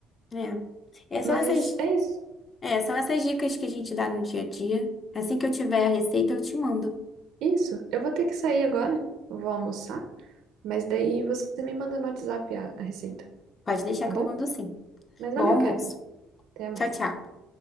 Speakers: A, on the left; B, on the right.
A: né? É, são
B: Mas
A: essas,
B: é isso.
A: é, são essas dicas que a gente dá no dia a dia. Assim que eu tiver a receita, eu te mando.
B: Isso, eu vou ter que sair agora, eu vou almoçar, mas daí você me manda no WhatsApp a, a receita,
A: Pode deixar
B: tá
A: que
B: bom?
A: eu mando sim.
B: Mas valeu,
A: Bom almoço.
B: Catherine. Até mais.
A: Tchau, tchau.